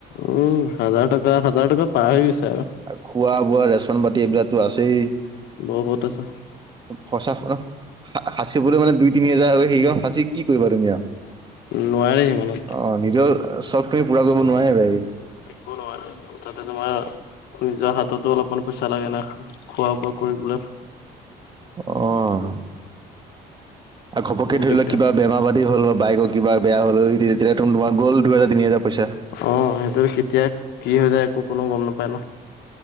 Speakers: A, on the left (about 80°); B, on the right (about 25°).
A: উম, হাজাৰ টকা, হাজাৰ টকা পাব হৈ গৈছে আৰু।
B: আৰু খোৱা-বোৱা ৰেচন পাতি এইবিলাকটো আছেই।
A: বহুত আছে।
B: সঁচা সাঁচিবলৈ মানে দুই তিনি হাজাৰ হয় সেইকন সাঁচি কি কৰিবা তুমি আৰু।
A: নোৱাৰি সিমানত।
B: অ', নিজৰ চখটোৱে পূৰা কৰিব নোৱাৰিবাই।
A: একো নোৱাৰে তাতে, তোমাৰ নিজৰ হাততো অলপমান পইচা লাগে না। খোৱা-বোৱা কৰিবলে।
B: অ', আৰু ঘপকে
A: বহুত
B: ধৰি
A: দিগদাৰ
B: লোৱা কিবা বেমাৰা পাতি হ'ল বা বাইকৰ কিবা বেয়া হ'ল উঠি তেতিয়া য়ো তোমাৰ গ'ল দুহেজাৰ তিনি হাজাৰ পইচা।
A: অ', সেইটো কেতিয়া কি হৈ যায় একো কোনো গ'ম নাপায় ন'।